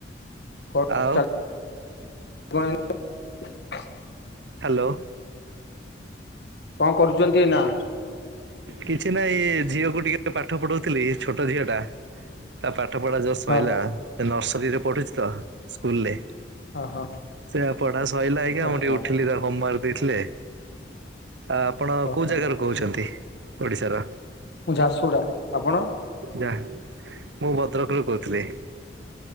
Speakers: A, on the left; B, on the right.
A: <unintelligible>
B: ଆଉ ହାଲୋ?
A: କଣ କରୁଛନ୍ତି ଏଇନା?
B: କିଛି ନାହିଁ ଝିଅକୁ ଟିକେ ପାଠ ପଢ଼ଉଥିଲି ଛୋଟ ଝିଅ ଟା ତା ପାଠ ପଢା ଜଷ୍ଟ ସଇଲା
A: ହଁ
B: ସେ ନର୍ସରୀରେ ପଢ଼ୁଛି ତ ସ୍କୁଲରେ
A: ହଁ ହଁ
B: ସେ ପଢ଼ା ସରିଲା ଏଇନିକା
A: ଓହୋ
B: ମୁଁ ଟିକେ ଉଠିଲି ତା ହୋମୱାର୍କ ଦେଇଥିଲେ ଆ ଆପଣ
A: ଓହୋ
B: କେଉଁ ଜାଗାରୁ କହୁଛନ୍ତି ଓଡ଼ିଶାର?
A: ମୁଁ ଝାରସୁଗୁଡ଼ା। ଆପଣ?
B: ଝା ମୁଁ ଭଦ୍ରକରୁୁ କହୁଥିଲି।